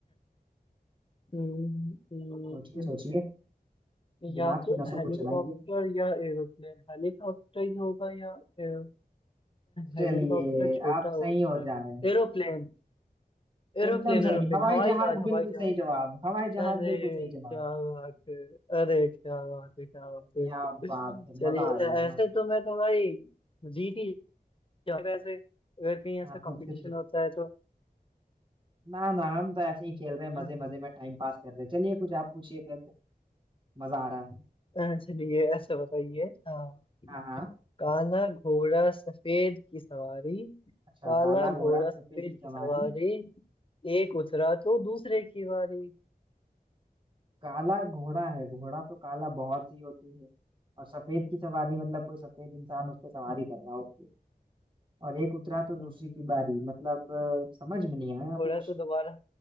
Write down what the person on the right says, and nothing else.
सोचिए सोचिए
दिमाग
की नसों
को चलाइए
चलिए
आप
सही और
जा रहे हैं
एकदम सही
हवाई
जहाज
बिल्कुल
सही जवाब हवाई जहाज
बिल्कुल सही
जवाब
क्या बात है
मजा आ गया
ना
ना तो
फिर
ना ना हम तो ऐसे ही खेल रहे हैं मजे
मजे में टाइम पास कर रहे हैं चलिए कुछ आप पूछिए फिर मजा आ रहा है
हाँ हाँ
अच्छा
काला
घोड़ा सफेद
की सवारी
काला घोड़ा है घोड़ा तो काला बहुत सी होती है और सफेद की सवारी मतलब कोई सफेद इंसान उस पर सवारी
कर रहा होती है और एक उतरा तो दूसरे
की बारी
मतलब अ, समझ में नहीं आया
कुछ